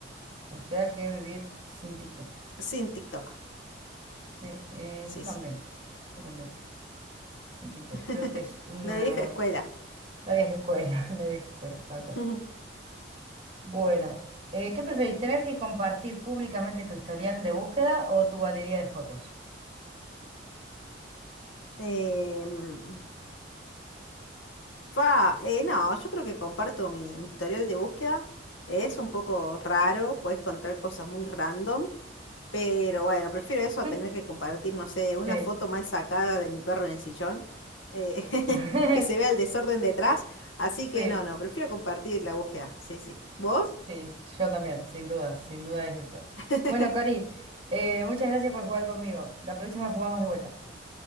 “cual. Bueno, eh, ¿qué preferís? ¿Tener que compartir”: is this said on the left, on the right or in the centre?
Right